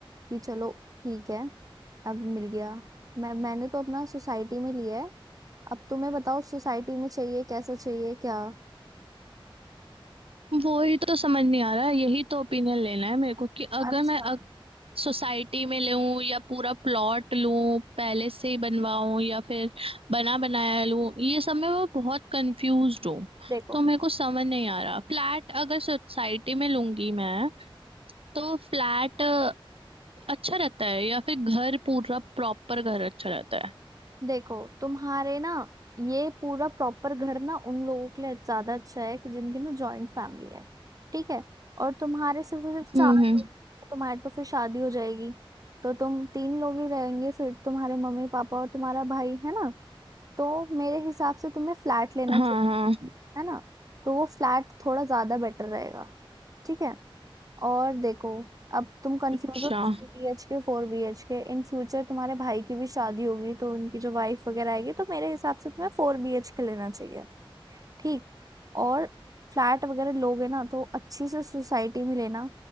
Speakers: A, on the right (about 40°); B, on the right (about 85°).
A: कि चलो ठीक है अब मिल गया मैं मैंने तो अपना सोसाइटी में लिया है अब तुम्हें बताओ सोसाइटी में चाहिए कैसा चाहिए क्या
B: वो ही तो समझ नहीं आ रहा यही तो ओपिनियन लेना है मेरे को कि अगर
A: अच्छा
B: मैं अ, सोसाइटी में लूं या पूरा प्लॉट लूं पहले से ही बनवाऊं या फिर बना बनाया लूं ये सब में मैं बहुत कंफ्यूज हूँ
A: देखो
B: तो मेरे को समझ नहीं आ रहा फ्लैट अगर सोसाइटी में लूंगी मैं तो फ्लैट अच्छा रहता है या फिर घर पूरा प्रॉपर घर अच्छा रहता है
A: देखो तुम्हारे ना ये पूरा प्रॉपर घर ना उन लोगों के लिए ज्यादा अच्छा है कि जिनकी ना जॉइंट फैमिली है ठीक है और तुम्हारे सिर्फ और सिर्फ चार
B: हम्म हम्म
A: लोग तो तुम्हारी तो फिर शादी हो जाएगी तो तुम तीन लोग ही रहेंगे फिर तुम्हारे मम्मी पापा और तुम्हारा भाई है ना तो मेरे हिसाब से तुम्हें फ्लैट लेना
B: हाँ
A: चाहिए
B: हाँ
A: है ना तो वो फ्लैट थोड़ा ज्यादा बेटर रहेगा ठीक है और देखो अब तुम कंफ्यूज
B: अच्छा
A: हो three B H K four B H K In future तुम्हारे भाई की भी शादी होगी तो उनकी जो वाइफ वगैरह आएगी तो मेरे हिसाब से तुम्हें फोर बी एच के लेना चाहिए ठीक और फ्लैट वगैरह लोगे ना तो अच्छी से सोसाइटी में लेना